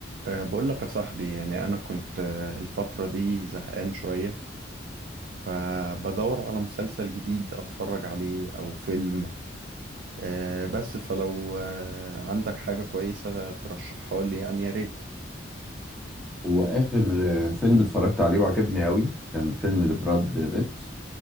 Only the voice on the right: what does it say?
أه بقول لك يا صاحبي يعني أنا كنت أه، الفترة دي زهقان شوية فبدور على مسلسل جديد أتفرج عليه أو فيلم أه بس فلو أه عندك حاجة كويسة ترشحها لي يعني يا ريت